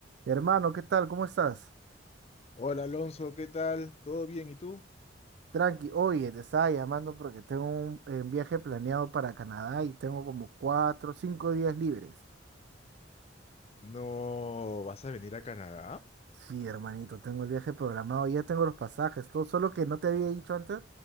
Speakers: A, on the right (about 60°); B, on the left (about 35°).
A: Hermano, ¿qué tal? ¿Cómo estás?
B: Hola Alonso, ¿qué tal? ¿Todo bien? ¿Y tú?
A: Tranqui, oye, te estaba llamando porque tengo un eh, viaje planeado para Canadá y tengo como cuatro, cinco días libres.
B: No, ¿vas a venir a Canadá?
A: Sí, hermanito, tengo el viaje programado, ya tengo los pasajes, todo, solo que no te había dicho antes,